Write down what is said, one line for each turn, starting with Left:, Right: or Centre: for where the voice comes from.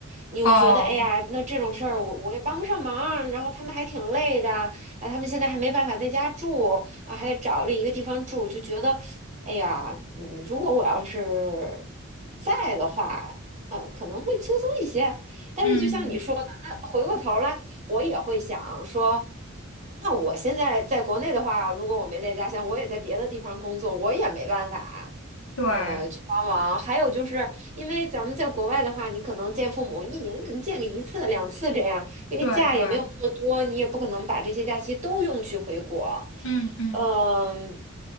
Right: 你又觉得哎呀，
Left: 哦哦，
Right: 那这种事儿我我也帮不上忙，然后他们还挺累的，啊，他们现在还没办法在家住，啊，还得找另一个地方住，就觉得，哎呀，嗯，如果我要是在的话，呃，可能会轻松一些。但是就像你说的，
Left: 嗯，
Right: 那回过头来，我也会想说，那我现在在国内的话，如果我没在家乡，我也在别的地方工作，我也没办法。
Left: 对
Right: 呃，去帮忙。还有就是，因为咱们在国外的话，你可能见父母一年可能见个一次、两次这样，因为假也没有那么多，
Left: 对对，
Right: 你也不可能把这些假期都用去回国。
Left: 嗯嗯，
Right: 嗯，